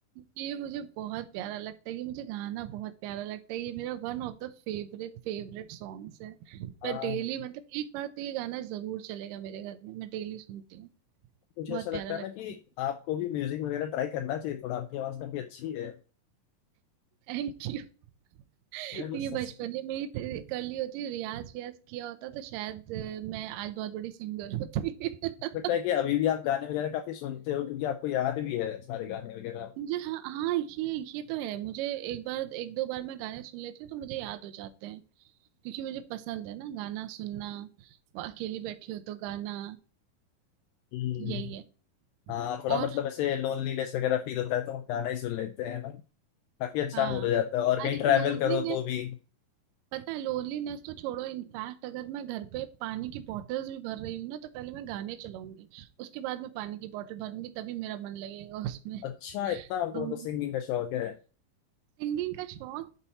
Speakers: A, on the right (about 80°); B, on the left (about 80°).
A: ये मुझे बहुत प्यारा लगता है ये मुझे गाना बहुत प्यारा लगता है ये मेरा one of the favourite favourite songs है
B: हाँ
A: मैं डेली मतलब एक बार तो ये गाना जरूर चलेगा मेरे घर में मैं डेली सुनती हूँ
B: मुझे
A: बहुत
B: ऐसा
A: प्यारा
B: लगता
A: लगता
B: है ना कि
A: है
B: आपको भी म्यूजिक वगैरह ट्राई करना चाहिए थोड़ा आपकी आवाज काफी अच्छी है
A: Thank you <laughs>
B: ये मतलब
A: ये
B: सच-
A: बचपन में ही त- कर ली होती रियाज वियाज किया होता तो शायद अ, मैं आज बहुत बड़ी सिंगर होती <laughs>
B: लगता है कि अभी भी आप गाने वगैरह काफी सुनते हो क्योंकि आपको याद भी है सारे गाने वगैरह
A: मुझे हाँ हाँ ये ये तो है मुझे एक बार एक दो बार मैं गाने सुन लेती हूँ तो मुझे याद हो जाते हैं क्योंकि मुझे पसंद है ना गाना सुनना वो अकेली बैठी हो तो गाना
B: हम्म।
A: यही है
B: हाँ थोड़ा
A: और
B: मतलब ऐसे लोनलीनेस वगैरह फील होता है तो हम गाना ही सुन लेते हैं ना काफी अच्छा
A: हाँ
B: मूड हो जाता है और कहीं
A: अरे
B: ट्रैवल
A: लोनलीनेस
B: करो तो भी
A: पता है लोनलीनेस तो छोड़ो इनफैक्ट अगर मैं घर पे पानी की बॉटल्स भी भर रही हूँ ना तो पहले मैं गाने चलाऊंगी उसके बाद मैं पानी की बॉटल भरूंगी तभी मेरा मन लगेगा उसमें
B: अच्छा इतना आपको
A: तो
B: मतलब सिंगिंग का शौक है
A: सिंगिंग का शौक